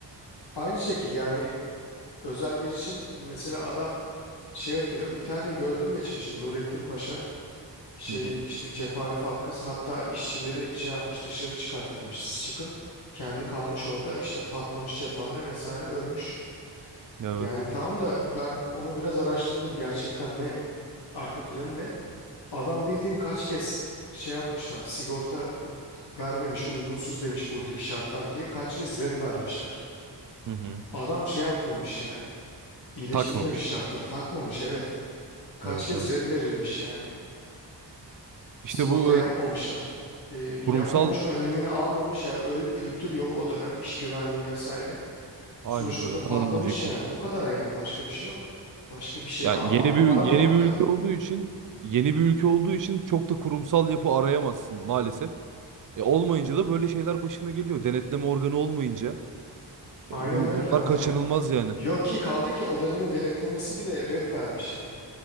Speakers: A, on the left; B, on the right.
A: aynı şekil yani özel girişim mesela adam şey yapıyor. Bir tane de gördüm geçen işte Nurettin Paşa şey
B: Hı hı.
A: işte cephane fabrikası hatta işçileri şey yapmış dışarı çıkarttırmış siz çıkın. Kendi kalmış orada işte patlamış cephane vesaire ölmüş.
B: Evet.
A: Yani tamam da ben onu biraz araştırdım gerçekten ne arka planı ne? Adam bildiğin kaç kez şey yapmışlar sigorta vermemiş uygunsuz demiş buradaki şartlar diye kaç kez red vermişler.
B: Hı hı.
A: Adam şey yapmamış yani iyileştirmemiş
B: Takmamış.
A: şartları takmamış evet. kaç
B: Evet
A: kez
B: evet.
A: red verilmiş yani. Sigorta
B: İşte bu
A: yapmamışlar.
B: e,
A: E, yapmamış
B: kurumsal
A: önlemini almamış ya öyle bir kültür yok o dönem iş güvenliği vesaire.
B: aynen
A: Sonuçta
B: öyle
A: da patlamış
B: tam onu diyecektim.
A: yani bu kadar yani başka bir şey yok. Başka bir şey
B: Yani
A: a- anlam
B: yeni bir
A: aramamak
B: yeni bir ülke
A: lazım.
B: olduğu için yeni bir ülke olduğu için çok da kurumsal yapı arayamazsın maalesef. E olmayınca da böyle şeyler başına geliyor. Denetleme organı olmayınca
A: Aynen
B: e, bu
A: öyle
B: bunlar
A: aynen.
B: kaçınılmaz yani.
A: Yok ki kaldı ki o dönemin denetlemesi bile red vermiş yani.